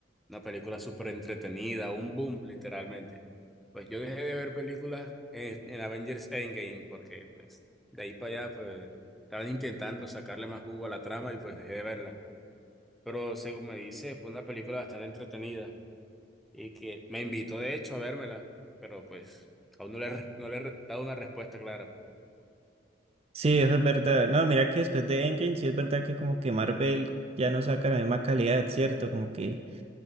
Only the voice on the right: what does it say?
Sí, eso es verdad. No, mira que después de Endgame, sí es verdad que como que Marvel ya no saca la misma calidad, ¿cierto? Como que